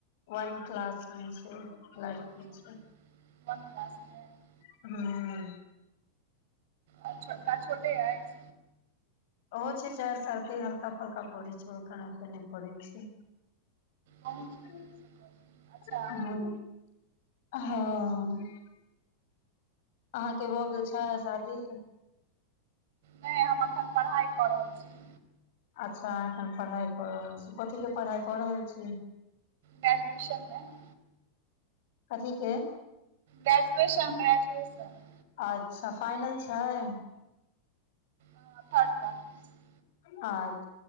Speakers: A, on the left (about 50°); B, on the right (about 55°).
A: वन क्लास मे छै लड़की
B: अच्छा
A: छै। <unintelligible>
B: वन क्लासमे। <unintelligible>
A: हूँ। <unintelligible>
B: आ छोटका छोटे अछि। <unintelligible>
A: ओहो छै चार सालके हलका। <unintelligible> हल्का फल्का परहै छै ओ एखन एते नै परहै छै।
B: पहुँच
A: <unintelligible>
B: नहीं अच्छा
A: हूँ हँ। <unintelligible> अहाँके भऽ गेल छै शादी। <unintelligible>
B: नहि हम अखन पढ़ाइ कऽ रहल छी। <unintelligible>
A: अच्छा अहाँ एखन पढ़ाई कऽ रहल छी कथी के पढ़ाई कऽ रहल छी। <unintelligible>
B: ग्रेजुएशनमे। <unintelligible>
A: कथिके। <unintelligible>
B: Graduation graduation. <unintelligible>
A: अच्छा फाइनल छै। <unintelligible>
B: हँ थर्ड पार्ट। <unintelligible>
A: आ। <unintelligible>